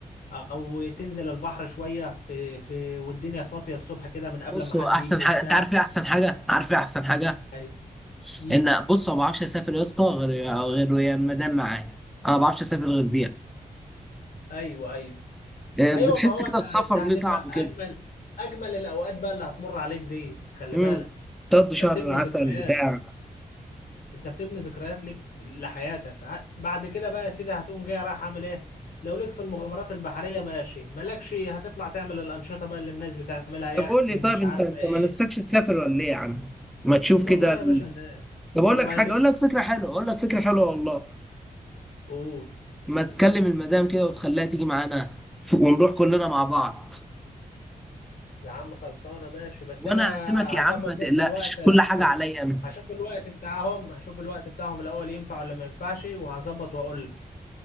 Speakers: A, on the left (about 80°); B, in the centre.
A: او تنزل البحر شوية في في والدنيا صافية الصبح كده من قبل
B: بصوا
A: ما حد
B: احسن
A: يجي وبتاع
B: حاجه انت عارف ايه احسن حاجه عارف ايه احسن حاجه
A: ايوه امم
B: ان بص أنا ما بعرفش اسافر يا اسطى غير غير ويا المدام معايا انا ما بعرفش اسافر غير بيها
A: ايوه ايوه
B: آه،
A: ما
B: بتحس
A: ايوه ما هو
B: كده
A: انت
B: السفر
A: ده هتبقى
B: ليه طعم
A: اجمل
B: كده
A: اجمل الاوقات بقى اللي هتمر عليك دي خلي
B: امم
A: بالك
B: تقضي شهر
A: ده بتبني
B: العسل
A: ذكريات
B: بتاع
A: انت بتبني ذكريات ليك لحياتك ع- بعد كده بقى يا سيدي هتقوم جاي رايح اعمل ايه لو ليك في المغامرات البحريه ماشي مالكش هتطلع تعمل الانشطه بقى اللي الناس بتعملها يخت
B: طب قول لي
A: مش
B: طيب انت
A: عارفه
B: انت
A: ايه
B: ما نفسكش تسافر ولا ايه يا عم ما تشوف
A: والله
B: كده ال...
A: يا باشا إن-
B: طب
A: والله
B: اقول لك حاجه
A: نفسي
B: اقول لك فكره حلوه اقول لك فكره حلوه والله
A: قول
B: ما تكلم المدام كده وتخليها تيجي معانا ونروح كلنا مع بعض
A: يا عم خلصانه ماشي بس
B: وانا
A: انا
B: هعزمك يا
A: هظبط
B: عم ما
A: بس
B: تقلقش
A: الوقت
B: كل حاجه
A: هش...
B: عليا انا
A: هشوف الوقت بتاعهم هشوف الوقت بتاعهم الاول ينفع ولا ما ينفعش وهظبط واقول لك.